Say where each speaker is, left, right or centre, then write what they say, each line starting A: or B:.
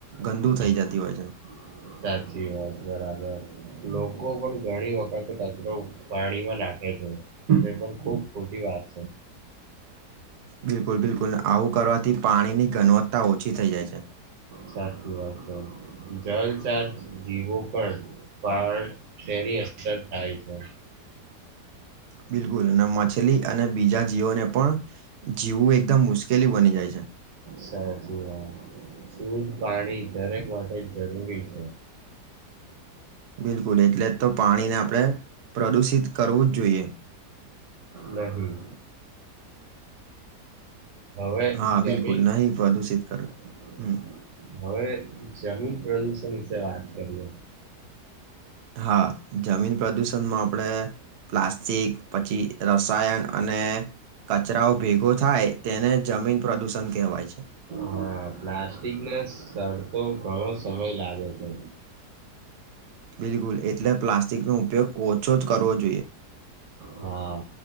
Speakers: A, on the right (about 80°); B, on the right (about 60°).
A: ગંદુ
B: <unintelligible>
A: થઈ જતી હોય છે
B: સાચી વાત બરાબર લોકો પણ ઘણી વખત આપ <inaudible> કચરો વાડીમા નાખે છે તે પણ ખુબ ખોટી વાત છે.
A: બિલકુલ બિલકુલ આવું કરવાથી પાણીની ગણવત્તા ઓછી થઈ જાય છે. <unintelligible>
B: સાચી વાત છે. <inaudible> જીવો પણ <inaudible> તેની અસર થાય છે
A: બિલકુલ અને માછલી અને બીજા જીવોને પણ જીવવું એકદમ મુશ્કેલી બની જાય છે.
B: સાચી વાત, શુદ્ધ પાણી દરેક માટે જરૂરી છે.
A: બિલકુલ, એટલે જ તો પાણીને આપણે પ્રદુષિત કરવું જ જોઈએ.
B: નહીં હવે
A: હા
B: જમીન
A: બિલકુલ નહીં
B: <unintelligible>
A: પ્રદુષિત કરે હમ
B: હવે જમીન પ્રદૂષણ વિષે વાત કરીએ.
A: હા, જમીન પ્રદુષણમાં આપણેે પ્લાસ્ટિક પછી રસાયણ અને કચરાઓ ભેગો થાય તેને જમીન પ્રદૂષણ કહેવાય છે.
B: હા પ્લાસ્ટિક ને સરતો ઘણો સમય લાગે છે.
A: બિલકુલ એટલે પ્લાસ્ટિકનો ઉપયોગ ઓછો જ કરવો જોઈ
B: હા